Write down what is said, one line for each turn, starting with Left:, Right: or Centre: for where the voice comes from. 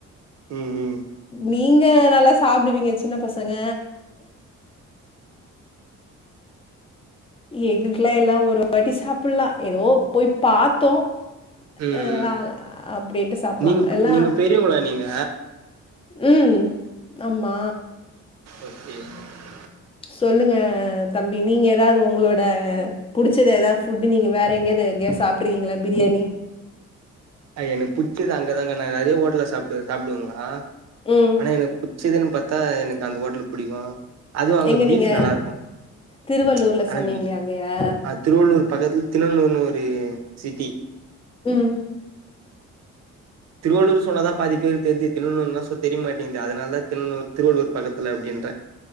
Right: ம் ம்
Left: நீங்க நல்லா சாப்டுவீங்க சின்ன பசங்க எங்ளுக்கெல்லா எல்லா ஒரு வாட்டி சாப்ல்லா ஏதோ போய் பாத்தோ
Right: ம்
Left: அ
Right: ம்
Left: வா அப்டின்ட்டு சாப்பலா
Right: நீங்க பெ
Left: எல்லா
Right: நீங்க பெரியவங்களா நீங்க
Left: ம் ஆமா
Right: ஓகே <unintelligible>
Left: சொல்லுங்க தம்பி நீங்க ஏதாவது உங்களோட புடிச்சத ஏதாவது ஃபுட்டு நீங்க வேற எங்கியாவது எங்கியாது சாப்ட்ருக்கீங்களா பிரியாணி
Right: அது எனுக் பிடுச்சித அங்கதாங்க நா நொறைய ஹோட்டல சாப்பிடு சாப்பிடுவங்கா
Left: ம்.
Right: ஆனா எனக் புச்சதுன்னு பார்த்தா எனுக்கு அந்த ஹோட்டல புடிக்கு அதுவு அங்க
Left: எங்க
Right: பீப்
Left: நீங்க?
Right: நல்லா இருக்கும்
Left: திருவள்ளூர்ல
Right: <unintelligible>
Left: சொன்னீங்களே அங்கயா?
Right: திருவள்ளூர் பக்கத்தில தின்னனூர்னு ஒரு சிட்டி
Left: ம்
Right: திருவள்ளூர் சொன்னதா பாதி பேர் தெர்து திண்ணூறுனா சோ தெரிய மாட்டேங்கிது அதனால தா தின்னனூர் திருவள்ளூர் பக்கத்துல அப்டின்ற